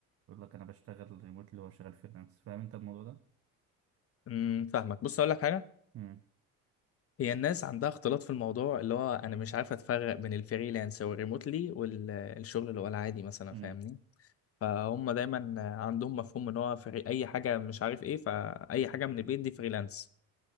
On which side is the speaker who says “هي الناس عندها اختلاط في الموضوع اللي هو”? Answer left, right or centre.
Left